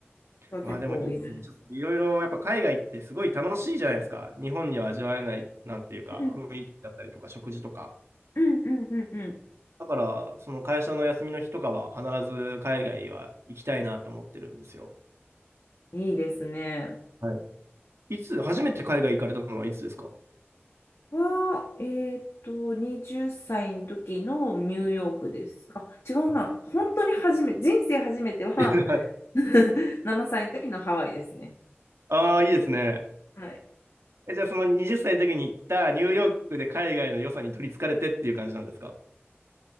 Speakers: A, on the left (about 85°); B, on the right (about 75°).
A: は結構いるんですよ。
B: わあでもいいですね。ちょっといろいろやっぱ海外ってすごい楽しいじゃないですか。日本には味わえない、なんていうか、
A: うん、
B: 雰囲気だったりとか、食事とか。
A: うん、うん、うん、う
B: だから、その会社の休みの日とかは必ず海外は行きたいなと思ってるんですよ。
A: ん。いいですね。
B: はい。いつ、初めて海外行かれたのはいつですか
A: は、えーっと、20歳の時のニューヨークです。あ、違うな。
B: あ
A: 本当に初め、人生初めては
B: <laughs>
A: <laughs> 7歳の時のハワイですね。
B: あー、いいですね。
A: はい。
B: え、じゃあその20歳の時に行ったニューヨークで海外の良さに取り憑かれてっていう感じなんですか